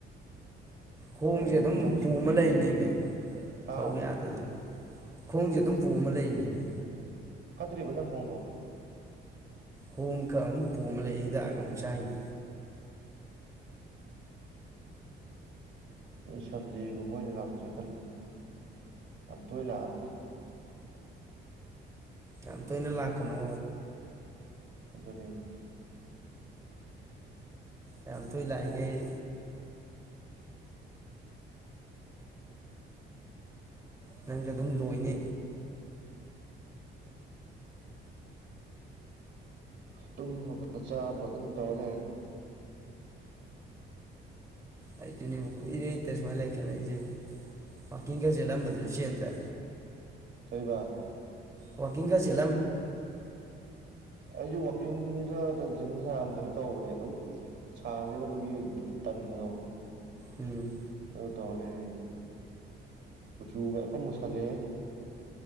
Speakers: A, on the right (about 15°); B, on the right (about 65°).
A: ꯈꯣꯡꯁꯦ
B: ꯑꯩ
A: ꯑꯗꯨꯝ
B: ꯃꯊꯪ
A: ꯄꯨꯃ
B: ꯁꯟꯗꯦꯗ
A: ꯂꯩꯅꯦ ꯃ
B: ꯍꯥ
A: ꯐꯧ ꯌꯥꯗꯗꯅ ꯈꯣꯡꯁꯦ ꯑꯗꯨꯝ ꯄꯨ ꯑꯃ ꯂꯩꯅꯦꯅꯦ
B: ꯐꯠꯇ꯭ꯔꯤꯕ ꯅꯪ ꯈꯣꯡꯗꯣ
A: ꯈꯣꯡ ꯈꯔ ꯑꯗꯨꯝ ꯄꯣꯝꯃ ꯂꯩ ꯍꯤꯗꯥꯛ ꯑꯃꯨꯛ ꯆꯥꯏꯅꯤ
B: ꯁꯟꯗꯦꯒꯨꯝꯕ ꯑꯣꯏꯅ ꯂꯥꯛꯆꯦ ꯈꯜꯂꯤꯅꯦ ꯌꯥꯝ ꯇꯣꯏ ꯂꯥꯛꯑꯔꯣ
A: ꯌꯥꯝ ꯇꯣꯏꯅ ꯂꯥꯛꯀꯅꯨ
B: ꯑꯗꯨꯅꯤ
A: ꯌꯥꯝ ꯇꯨꯏ ꯂꯥꯛꯏꯉꯩ ꯅꯪꯁꯨ ꯑꯗꯨꯝ ꯂꯣꯏꯅꯤ
B: ꯇꯨꯝ ꯆꯥꯕ ꯑꯗꯨꯝ ꯇꯧ ꯂꯩꯔꯦ
A: ꯑꯩꯁꯨꯅꯦ ꯏꯔꯦꯇ ꯁꯨꯃꯥꯏꯅ ꯂꯩ ꯈꯜꯂꯛꯏꯁꯦ ꯋꯥꯀꯤꯡ ꯈꯔ ꯆꯦꯦꯜꯂꯝꯕꯗꯨꯁꯨ ꯆꯦꯟꯗ꯭ꯔꯦ
B: ꯀꯕ
A: ꯋꯥꯀꯤꯥꯁꯤꯦ
B: ꯑꯩ ꯋꯥꯀꯤꯡ ꯖꯤꯝ ꯇꯧꯕꯅꯦ ꯑꯗꯨꯝ ꯁꯥꯡꯒꯗꯕꯒꯤ ꯇꯟꯕꯗꯣ
A: ꯎꯝ
B: ꯇꯧ ꯂꯩꯦꯁꯨ ꯀꯨꯆꯨꯒ ꯑꯦꯄ ꯃꯨꯁꯜꯂꯦ